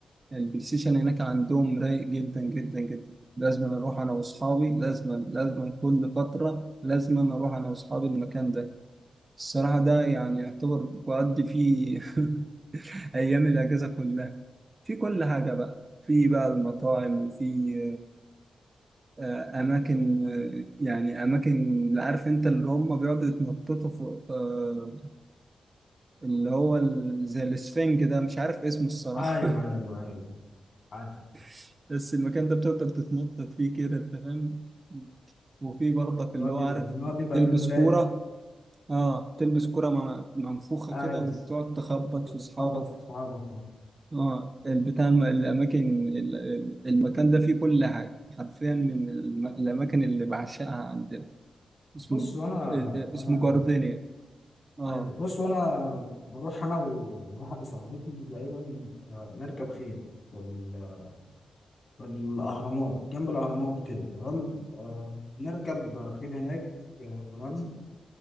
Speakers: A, on the right; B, on the left.
A: البلاي ستيشن هناك عندهم رايق جدا جدا جدا لازم أنا اروح انا واصحابي لازم لازم كل فتره لازم أنا اروح انا واصحابي المكان ده الصراحه ده يعني يعتبر بقضي فيه <laughs> ايام الاجازه كلها في كل حاجه بقى في بقى المطاعم وفي آه، آه، اماكن آه، يعني اماكن اللي عارف انت اللي هم بيقعدوا يتنططوا فوق آه، اللي هو ال- زي الاسفنج ده مش عارف اسمه الصراحه
B: ايوه ايوه ايوه عارف
A: <laughs> بس المكان ده بتفضل تتنطط فيه كده انت فاهم وفي برضك
B: اللي
A: اللي
B: هو بيبقى
A: هو عارف
B: اللي هو بيبقى
A: تلبس
B: في المولات
A: كوره اه تلبس كوره م- منفوخه
B: عايز
A: كده وتقعد تخبط في اصحابك
B: تخبط في صحابك
A: اه البتاع الم- الاماكن ال- ال- المكان ده فيه كل حاجه حرفيا من الم- الاماكن اللي بعشقها عندنا اسمه
B: بص انا
A: آه، آه،
B: انا
A: اسمه جاردينيا اه
B: ايوه بص انا بروح انا وواحده صاحبتي دايما آه، نركب خيل وال- والاهرامات جنب الاهرامات كده تمام آه، نركب خيل هناك آه، تمام